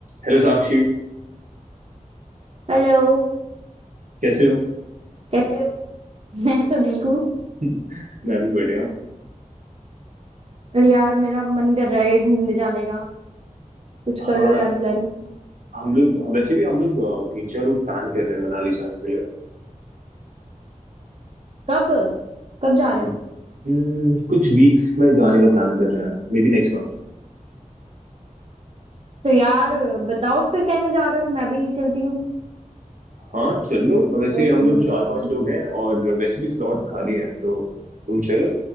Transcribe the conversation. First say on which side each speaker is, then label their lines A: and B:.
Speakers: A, on the right; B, on the right.
A: Hello Sakshi
B: Hello
A: कैसे हो
B: कैसे हो <laughs> मैं तो ठीक हूँ
A: <laughs> मैं भी बढ़िया हूँ।
B: पर यार मेरा मन कर रहा है कहीं घूमने जाने का कुछ कर
A: हाँ
B: लो यार प्लान
A: हम लोग हाँ, वैसे भी हम लोग अ, तीन चार लोग प्लान कर रहे हैं मनाली जाने के लिए
B: कब कब जा रहे
A: अब
B: हो
A: हम्म, कुछ वीक्स में जाने का प्लान कर रहे हैं मे बी नेक्स्ट मंथ
B: तो यार बताओ फिर कैसे जा रहे हो मैं भी चलती हूँ
A: हाँ चलो वैसे
B: कोई प्रॉब्लम
A: हम लोग
B: नहीं
A: चार
B: है मुझे
A: पांच लोग हैं और वैसे भी स्लॉट्स खाली हैं तो तुम चलो